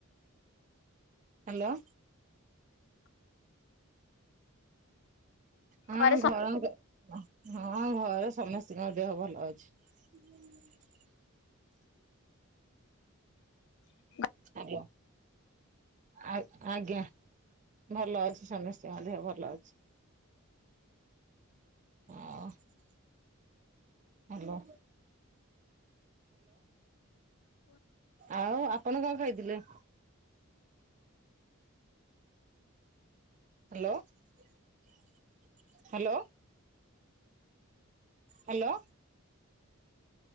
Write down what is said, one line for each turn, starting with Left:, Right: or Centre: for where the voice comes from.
Right: ହ୍ୟାଲୋ। ହଁ
Left: ଘରେ ସ
Right: ଘର ହଁ ଘରେ ସମସ୍ତିଙ୍କ ଦେହ ଭଲ ଅଛି। <inaudible>
Left: <inaudible>
Right: ହାଲୋ। ଆ ଆଜ୍ଞା ଭଲ ଅଛି ସମସ୍ତିଙ୍କ ଦେହ ଭଲ ଅଛି। <unintelligible> ହାଲୋ। ଆଉ ଆପଣ କଣ ଖାଇଥିଲେ? ହାଲୋ-ହାଲୋ। ହାଲୋ।